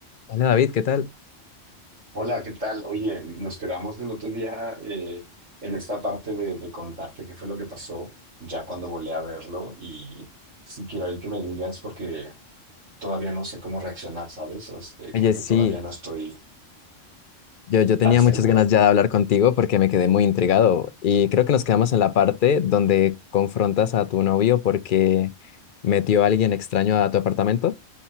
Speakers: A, on the left; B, on the right.
A: Hola David, ¿qué tal?
B: Hola, ¿qué tal? Oye, nos quedamos el otro día eh, en esta parte de, de contarte qué fue lo que pasó ya cuando volé a verlo y si quiero ahí que me digas porque todavía no sé cómo reaccionar, ¿sabes? Este, creo
A: Oye,
B: que
A: sí,
B: todavía no estoy
A: yo, yo tenía
B: tan seguro.
A: muchas ganas ya de hablar contigo porque me quedé muy intrigado y creo que nos quedamos en la parte donde confrontas a tu novio porque metió a alguien extraño a tu apartamento.